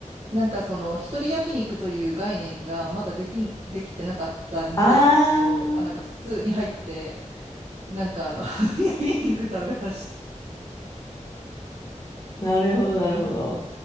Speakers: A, on the right; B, on the left.
A: なんかその一人焼肉という概念がまだできん、できてなかった20代の頃、
B: あー、
A: あ、なんか普通に入って、なんかあの、<laughs> 焼肉食べました
B: なるほど、なるほど。